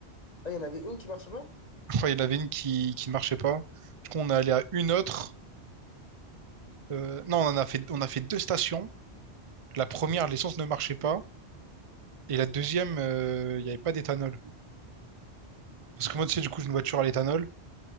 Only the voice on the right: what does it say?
Enfin, il y en avait une qui, qui ne marchait pas. Du coup, on est allé à une autre. Euh, non, on en a fait, on a fait deux stations. La première, l'essence ne marchait pas. Et la deuxième, euh, il n'y avait pas d'éthanol. Parce que moi, tu sais, du coup, j'ai une voiture à l'éthanol.